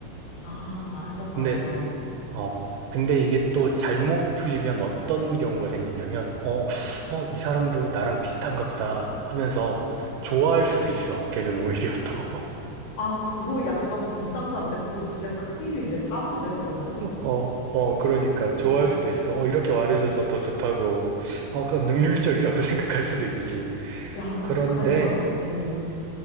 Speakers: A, on the left; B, on the right.
A: 아 맞아 맞아
B: 근데, 어, 근데 이게 또 잘못 풀리면 어떤 경우가 생기냐면, 어, 어, 이 사람도 나랑 비슷한가 보다 하면서 좋아할 수도 있어. 걔는 오히려 또.
A: 아 그거 약간 불상사인데 그거 진짜 큰일인데 사고인데 그거는
B: 어, 어, 그러니까 좋아할
A: 응.
B: 수도 있어. 어, 이렇게 말해줘서 더 좋다고. 어, 그냥
A: 아,
B: 능률적이라고 <laughs> 생각할 수도 있지.
A: 야 어떡하냐
B: 그런데,
A: 응.